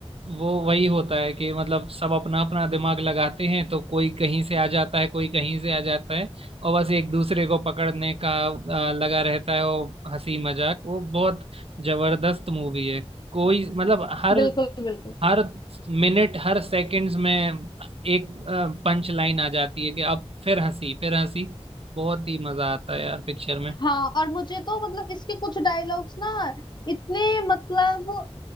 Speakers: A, on the right; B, on the left.
A: वो वही होता है कि मतलब सब अपना अपना दिमाग लगाते हैं तो कोई कहीं से आ जाता है कोई कहीं से आ जाता है और बस एक दूसरे को पकड़ने का आ, लगा रहता है वो हंसी मजाक वो बहुत जबरदस्त मूवी है कोई मतलब हर
B: बिल्कुल बिल्कुल
A: हर मिनट हर सेकंड्स में एक पंच लाइन आ जाती है कि अब फिर हंसी फिर हंसी बहुत ही मजा आता है यार पिक्चर में
B: हाँ और मुझे तो मतलब इसके कुछ डायलॉग्स ना इतने मतलब